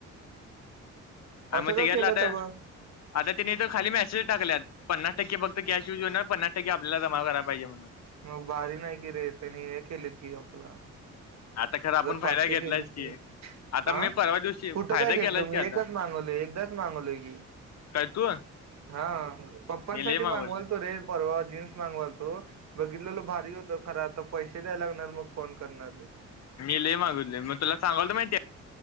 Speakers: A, on the left (about 60°); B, on the right (about 60°).
A: आ
B: असं
A: मग
B: का
A: त्याच्यातलं
B: केलंत
A: आता
B: ब
A: आता त्यांनी तर खाली मेसेज टाकल्यात पन्नास टक्के फक्त कॅश यूज होणार पन्नास टक्के आपल्याला जमा करायला पाहिजे म्हणून
B: मग भारी नाही कि रे त्यांनी हे केले आपला
A: आता खरं आपण फायदा
B: पाचशे गेलेत
A: घेतलायच की आता
B: हा
A: मी परवा दिवशी
B: कुठ
A: फायदा
B: काय घेतल
A: केलायच
B: मी
A: की आता
B: एकच मागवलो एकदाच मागवलोय की
A: काय तू
B: हा पप्पांसाठी
A: मी लय मागवले
B: मागवाल तो रे परवा जीन्स मागवाल तो बघित. भारी होत खरा तर पैसे द्याला लागणार मग फन करणारे
A: मी ल मागले मग तुला सांगालत माहिती आहे.